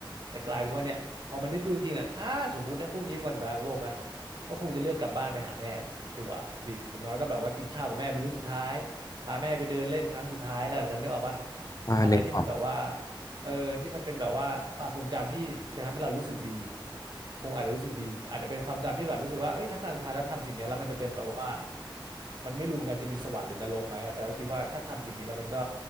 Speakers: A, on the right; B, on the left.
A: แต่กลายเป็นว่าเนี่ยพอมานึกดูจริงๆอ่ะถ้าสมมุตินะพรุ่งนี้เป็นวันสุดท้ายของโลกนะก็คงจะเลือกกลับบ้านไปหาแม่ดีกว่าดีอย่างน้อยก็แบบว่ากินข้าวกับแม่มื้อสุดท้ายพาแม่ไปเดินเล่นครั้งสุดท้ายอะไรแบบนั้นนึกออกปะ
B: อ่านึกออกครับ
A: อะไรที่มันแบบว่า เออที่มันเป็นแบบว่าความทรงจำที่จะทำให้เรารู้สึกดีคงอาจจะรู้สึกดีอาจจะเป็นความจำที่แบบรู้สึกว่าเอ้ยถ้าครั้งสุดท้ายแล้วทำสิ่งเนี้ยแล้วมันจะเป็นแบบว่ามันไม่รู้เหมือนกันจะมีสวรรค์หรือนรกไหมอะแต่ก็คิดว่าถ้าทำสิ่งนี้แล้วมันก็